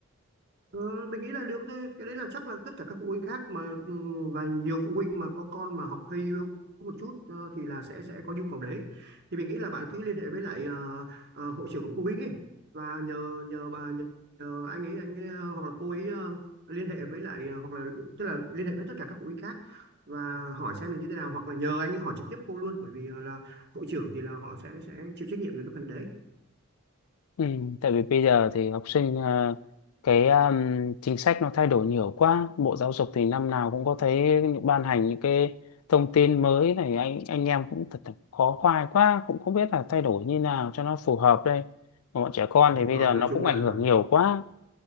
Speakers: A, on the right; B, on the left.
A: Ờ, mình nghĩ là được thôi. Cái đấy là chắc là tất cả các phụ huynh khác mà ừ, và nhiều phụ huynh mà có con mà học hơi yếu một chút ờ, thì là sẽ sẽ có nhu cầu đấy. Thì mình nghĩ là bạn cứ liên hệ với lại ờ, ờ, hội trưởng hội phụ huynh ấy và nhờ nhờ bà nhờ, nhờ anh ấy anh ấy, ờ, hoặc là cô ấy ờ, liên hệ với lại ờ, hoặc là tức là liên hệ với tất cả các phụ huynh khác và hỏi xem là như thế nào hoặc là nhờ anh ấy hỏi trực tiếp cô luôn bởi vì là, là hội trưởng thì là họ sẽ sẽ chịu trách nhiệm về cái phần đấy.
B: Ừ, tại vì bây giờ thì học sinh ờ, cái um, chính sách nó thay đổi nhiều quá. Bộ Giáo dục thì năm nào cũng có thấy những- ban hành những cái thông tin mới này anh anh em cũng thật là khó khoai quá cũng không biết là thay đổi như nào cho nó phù hợp đây. Bọn trẻ con
A: Thì đúng
B: thì bây
A: rồi,
B: giờ
A: nói
B: nó
A: chung
B: cũng
A: là
B: ảnh hưởng nhiều quá.